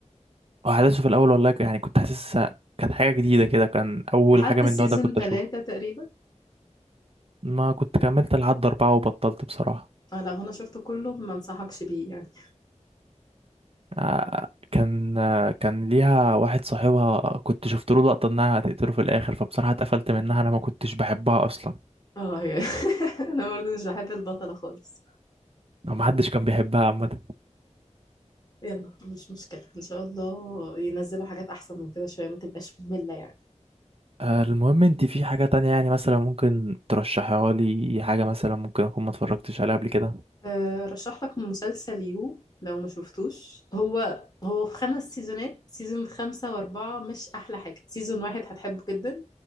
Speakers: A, on the right; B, on the left.
A: وأحداثه في الأول والله ك- يعني كنت حاسسها كانت حاجة جديدة كده كان أول
B: لحد
A: حاجة من
B: سيزون
A: النوع ده كنت
B: ثلاثة
A: أشوفه
B: تقريبا
A: ما كنت كملت لحد أربعة وبطلت بصراحة
B: اه لا هنا شفته كله ما انصحكش بيه يعني
A: آه، كان آه، كان ليها واحد صاحبها كنت شفت له لقطة انها هتقتله في الاخر فبصراحة اتقفلت منها انا ما كنتش بحبها اصلا
B: اه هي <laughs> انا برضه مش بحب البطلة خالص
A: او ما حدش كان بيحبها عامة
B: يلا مش مشكلة ان شاء الله ينزلوا حاجات احسن من كده شوية ما تبقاش مملة يعني
A: آه، المهم انت في حاجة تانية يعني مثلا ممكن ترشحها لي حاجة مثلا ممكن اكون ما اتفرجتش عليها قبل كده
B: أه، رشح لك مسلسل يو لو ما شفتوش هو هو في خمس سيزونات سيزون خمسة وأربعة مش أحلى حاجة سيزون واحد هتحبه جدا